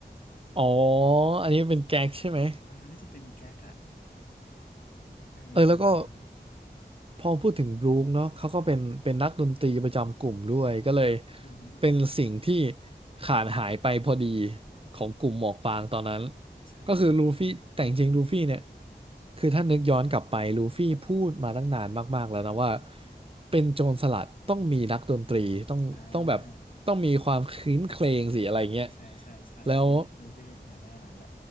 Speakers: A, on the right; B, on the left.
A: อ๋ออันนี้เป็นแก๊กใช่ไหม
B: <laughs> เออน่าจะเป็นแก๊กอะเออเออเออ
A: เออแล้วก็ พอพูดถึงบรู๊คเนาะเขาก็เป็นเป็นนักดนตรีประจำกลุ่มด้วยก็เลย
B: อือหือ
A: เป็นสิ่งที่ขาดหายไปพอดีของกลุ่มหมวกฟางตอนนั้น
B: ใช่
A: ก็คือลูฟี่แต่จริงๆลูฟี่เนี่ยคือถ้านึกย้อนกลับไปลูฟี่พูดมาตั้งนานมากๆแล้วนะว่าเป็นโจรสลัดต้องมีนักดนตรีต้องต้องแบบต้องมีความครื้นเครงสิอะไรเงี้ย
B: อ่าใช่ใช่ใช่อันนี้ลูฟี่อยากได้มานานแหละ
A: แล้ว